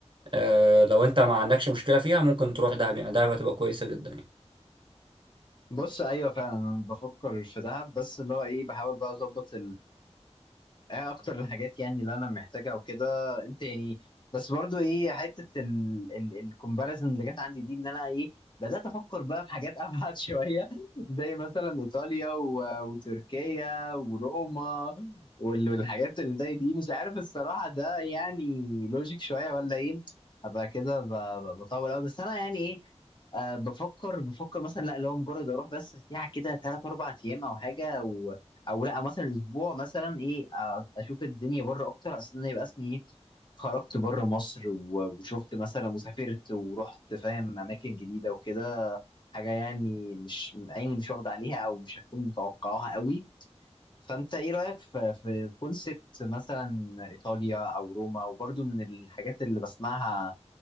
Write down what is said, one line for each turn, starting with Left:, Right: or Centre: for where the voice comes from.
Right: آه لو انت ما عندكش مشكله فيها ممكن تروح دهب يعني دهب هتبقى كويسه جدا يعني
Left: بص ايوه فعلا انا بفكر في دهب بس اللي هو ايه بحاول بقى اظبط ايه اكتر الحاجات يعني اللي انا محتاجها وكده انت يعني بس برضو ايه حته الكومباريزن اللي جت عندي دي ان انا ايه بدات افكر بقى في حاجات ابعد <laughs> شويه زي مثلا ايطاليا و- وتركيا وروما وال- والحاجات اللي زي دي مش عارف الصراحه ده يعني لوجيك شويه ولا ايه ابقى كده ب- ب- بطول قوي بس انا يعني ايه آه بفكر بفكر مثلا لا لو مجرد اروح بس سياحه كده ثلاث اربع ايام او حاجه او لا مثلا اسبوع مثلا ايه آه، اشوف الدنيا بره اكتر اصل انا يبقى اسمي ايه خرجت بره مصر و- وشفت مثلا وسافرت ورحت فاهم اماكن جديده وكده حاجه يعني مش عيني مش واخده عليها او مش هتكون متوقعاها قوي فانت ايه رايك في في كونسبت مثلا ايطاليا او روما وبرضو من الحاجات اللي بسمعها